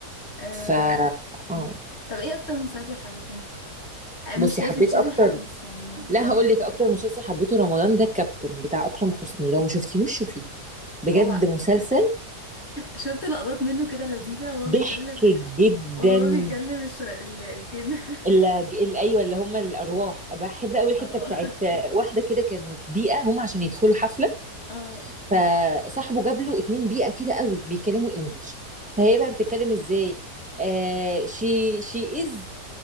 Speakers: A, on the left; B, in the centre.
A: أم...
B: ف اه
A: طب ايه اكتر مسلسل حبيتيه أه، مش
B: بصي حبيت
A: لازم مش
B: اكتر
A: لازم حديث يعني
B: لا
A: زمان
B: هقول لك اكتر مسلسل حبيته رمضان ده الكابتن بتاع اكرم حسني لو ما شفتيهوش شوفيه بجد
A: هو
B: مسلسل
A: شفت لقطات منه كده لذيذة وهو بيتكلم
B: ضحك جدا
A: وهو بيكلم الش... ال... الجن <laughs>
B: اللي اللي ايوه اللي هم الارواح بحب قوي الحته
A: اه
B: بتاعت واحده كده كانت بيئه هم عشان يدخلوا حفله
A: اه
B: فصاحبه جاب له اتنين بيئة كده قوي بيتكلموا انجلش فهي بقى بتتكلم ازاي آه شي شي از